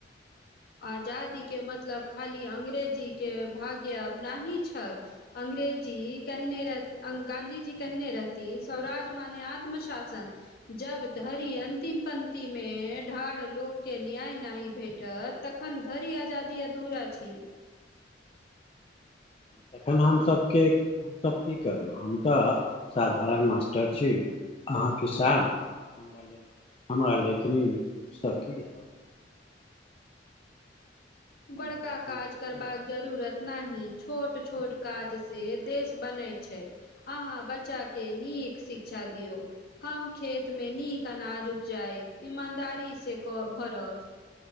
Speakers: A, on the left; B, on the left.
A: आजादीके मतलब खाली अग्रेजीके भाग्याब अबनाही छैथ। अंग्रेजी कहने रह गाँधी जी कहने रहथि स्वराज माने आत्मशासन। जब धरि अन्तिम पंक्तिमे ढाढ़ लोककेँ न्याय नहि भेटत। तखन धरि आजादी अधूरा छी।
B: तखन हमसभके। हमसभ की करू हम तऽ साधारण मास्टर छी। अहाँ किसान हमरा हमरा ले की नी सखी। हमरा
A: बड़का
B: लोकनिसँ
A: काज
B: की
A: करबाक
B: होयत
A: जरूरत। छोट छोट काज से देश बनय छै। अहाँ बच्चाके नीक शिक्षा दियौ। हम खेत मे नीक अनाज उपजायब ईमानदारी से भरब।